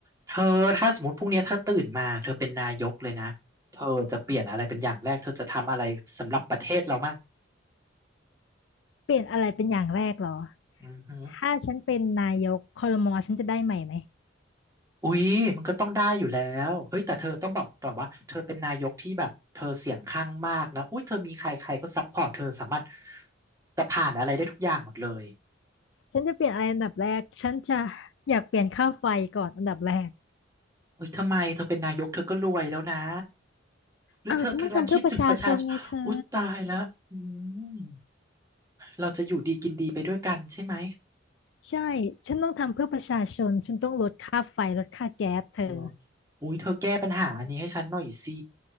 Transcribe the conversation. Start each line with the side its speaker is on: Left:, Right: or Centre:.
Right: เธอถ้าสมมติพรุ่งนี้เธอตื่นมาเธอเป็นนายกเลยนะเธอจะเปลี่ยนอะไรเป็นอย่างแรกเธอจะทำอะไรสำหรับประเทศเรามั่ง
Left: เปลี่ยนอะไรเป็นอย่างแรกเหรอ
Right: อือหือ
Left: ถ้าฉันเป็นนายกครมฉันจะได้ใหม่ไหม
Right: อุ๊ยมันก็ต้องได้อยู่แล้วเฮ้ยแต่เธอต้องบอกก่อนว่าเธอเป็นนายกที่แบบเธอเสียงข้างมากนะอุ้ยเธอมีใครใครก็ซัพพอร์ตเธอสามารถจะผ่านอะไรได้ทุกอย่างหมดเลย
Left: ฉันจะเปลี่ยนอะไรอันดับแรกฉันจะอยากเปลี่ยนค่าไฟก่อนอันดับแรก
Right: เอ้ยทำไมเธอเป็นนายกเธอก็รวยแล้วนะหรือเธอกำลังคิดถึงประชาชนอุ๊ยตายแล้วอื
Left: อ้าวฉันต้องทำเพื่อประชาชนไงเธอ
Right: มเราจะอยู่ดีกินดีไปด้วยกันใช่ไหม
Left: ใช่ฉันต้องทำเพื่อประชาชนฉันต้องลดค่าไฟลดค่าแก๊สเธอ
Right: เอออุ้ยเธอแก้ปัญหาอันนี้ให้ฉันหน่อยสิ